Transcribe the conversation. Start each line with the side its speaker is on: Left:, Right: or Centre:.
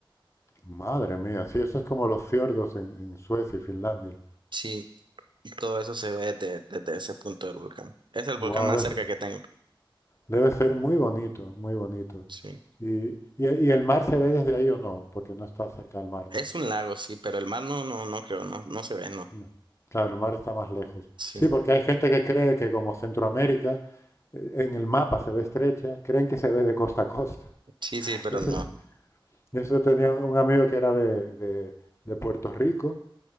Left: madre mía, sí, eso es como los fiordos en, en Suecia y Finlandia.
Right: Sí, y todo eso se ve de- desde ese punto del volcán. Es el volcán
Left: Wow,
Right: más
Left: debe,
Right: cerca que tengo.
Left: debe ser muy bonito, muy bonito.
Right: Sí.
Left: Y, y, y el mar se ve desde ahí o no, porque no está cerca del mar,
Right: Es
Left: ¿no?
Right: un lago, sí, pero el mar no, no, no creo, no, no se ve, no.
Left: Mm. Claro, el mar está más lejos.
Right: Sí,
Left: Sí, porque hay gente que cree que como Centroamérica, eh, en el mapa se ve estrecha, creen que se ve de costa a costa.
Right: sí,
Left: <laughs>
Right: sí, pero
Left: Ese
Right: no.
Left: es- eso tenía un amigo que era de, de- de Puerto Rico